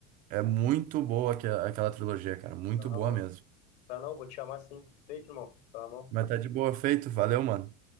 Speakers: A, on the right; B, on the left.
A: é muito boa aque- aquela trilogia, cara. Muito
B: Tá na
A: boa
B: mão.
A: mesmo.
B: Tá não, vou te chamar sim. Feito, irmão. Tá na mão.
A: Mas tá de boa feito, valeu, mano.